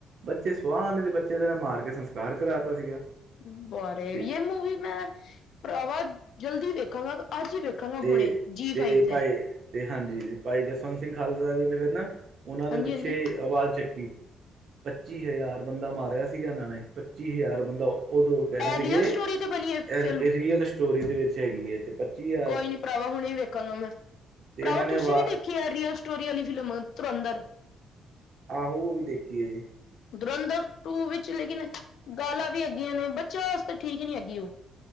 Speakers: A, on the right (about 55°); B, on the left (about 70°).
A: ਬੱਚੇ ਸੁਆਹ ਆਣੇ, ਬੱਚੇ ਇਹ ਨੇ ਮਾਰ ਕੇ ਸੰਸਕਾਰ ਕਰਾ ਤਾ ਸੀਗਾ
B: ਫੁਵਾਰੇ,
A: ਤੇ
B: ਇਹ ਮੂਵੀ ਮੈਂ ਭਰਾਵਾ ਜਲਦੀ ਦੇਖਾਂਗਾ ਅੱਜ ਹੀ ਵੇਖਾਂ ਕਰੋ
A: ਤੇ
B: ਹੁਣੇ ਜੀ ਫਾਈਵ ਤੇ
A: ਭਾਈ ਤੇ ਹਾਂਜੀ ਭਾਈ ਜਸਵੰਤ ਸਿੰਘ ਖਾਲੜਾ ਜੀ ਨਗਰ ਨਾ ਉਹਨਾਂ ਦੇ
B: ਹਾਂਜੀ
A: ਪਿੱਛੇ
B: ਹਾਂਜੀ
A: ਆਵਾਲ ਚੱਕੀ ਪੱਚੀ ਹਜ਼ਾਰ ਬੰਦਾ ਮਾਰਿਆ ਸੀਗਾ ਇਹਨਾਂ ਨੇ ਪੱਚੀ ਹਜ਼ਾਰ ਮਤਲਬ ਉਦੋਂ ਕਹਿਦੇ
B: ਇਹ
A: ਸੀਗੇ,
B: ਰੀਅਲ ਸਟੋਰੀ ਤੇ ਬਣੀ ਹੈ
A: ਏ
B: ਫਿਲਮ
A: ਰੀਅਲ ਸਟੋਰੀ ਦੇ ਵਿੱਚ ਹੈਗੀ ਐ, ਏ ਤੇ ਪੱਚੀ ਐ
B: ਕੋਈ ਨੀ ਭਰਾਵਾ ਹੁਣੇ ਵੇਖਾਂਗਾ ਮੈਂ,
A: ਤੇ
B: ਭਰਾਵਾ
A: ਇਹਨਾਂ ਨੇ
B: ਤੁਸੀਂ
A: ਵਾ
B: ਵੀ ਦੇਖ ਕੀ ਏ ਰੀਅਲ ਸਟੋਰੀ ਵਾਲੀ ਫਿਲਮ ਧੂਰੰਦਰ
A: ਆਹੋ ਉਹ ਵੀ ਦੇਖੀ ਏ ਜੀ
B: ਧੁਰੰਧਰ ਟੂ ਵਿੱਚ ਲੇਕਿਨ ਗਾਲਾਂ ਵੀ ਅੱਗੀਆਂ ਨੇ, ਬੱਚਿਆਂ ਵਾਸਤੇ ਠੀਕ ਨਹੀਂ ਹੈਗੀ ਉਹ